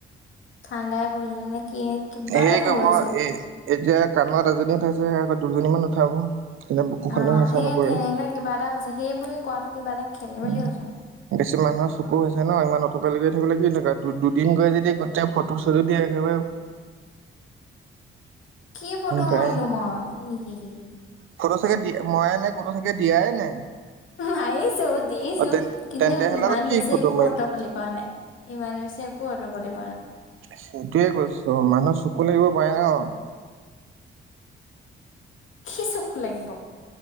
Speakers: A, on the left (about 75°); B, on the right (about 80°).
A: ঠাণ্ডাই বহিলে নে কি কিবা
B: হেৰি
A: এটাতো
B: আকৌ,
A: হৈ আছে
B: এ, এতিয়া <unintelligible> এজনী উঠাইছে, আকৌ দুজনীমান উঠাব তেতিয়া বুকুখনেও
A: অ',
B: হেঁচা
A: এ
B: নপৰে
A: তেনেকুৱাই কিবা এটা হৈছে। সেইবোৰে কোৱাটো কিবা এটা খেলি মেলি
B: উম,
A: হৈছে মোৰ
B: বেছি মানুহৰ চকুত হৈছে ন', ইমানত ফটো লগাই থাকিবলৈ কি দৰকাৰ? দুদিন গৈ যদি গোটেই ফটো-চটো দিয়ে একেবাৰে <inaudible>
A: কি ফটো
B: তাই
A: মাৰিলোঁ মই?
B: ফটো চাগে দি, মইয়েই নাই, ক'তো চাগে দিয়াই নাই
A: মাৰিছোঁ, দিছোঁ,
B: অ তে
A: কিন্তু
B: তেন্তে হ'লে
A: ইমান
B: আকৌ কি
A: বেছি
B: ফটো
A: একো
B: মাৰিম
A: অতপালি কৰা নাই। ইমান বেছি একো অতপালি কৰা
B: সেইটোৱেই কৈছোঁ, মানুহৰ চকু লাগিব পাৰে ন'
A: কি চকু লাগিব?